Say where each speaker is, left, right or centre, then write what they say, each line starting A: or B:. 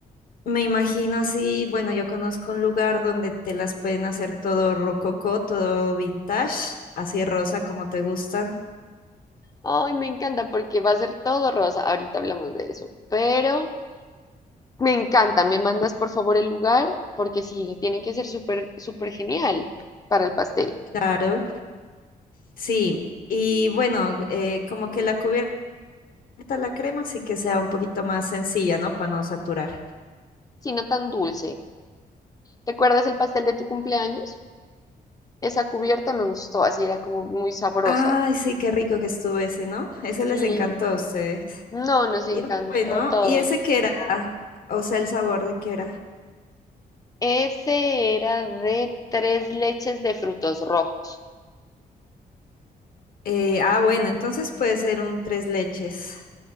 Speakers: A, on the left; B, on the left.
A: me imagino así, bueno, yo conozco un lugar donde te las pueden hacer todo rococó, todo vintage, así rosa como te gustan,
B: Ay, me encanta porque va a ser todo rosa. Ahorita hablamos de eso, pero me encanta. Me mandas por favor el lugar porque sí, tiene que ser súper, súper genial para el pastel,
A: claro. Sí, y bueno, eh, como que la cubierta está la crema, así que sea un poquito más sencilla, ¿no? Para no saturar.
B: si no tan dulce. ¿Te acuerdas el pastel de tu cumpleaños? Esa cubierta me gustó, así era como muy sabrosa.
A: Ay, sí, qué rico que estuvo ese, ¿no? Ese
B: Sí,
A: les encantó a ustedes.
B: no, nos encantó
A: Y bueno,
B: a todos.
A: ¿y ese qué era? O sea, el sabor de qué era.
B: Ese era de tres leches de frutos rojos.
A: Eh, ah, bueno, entonces puede ser un tres leches.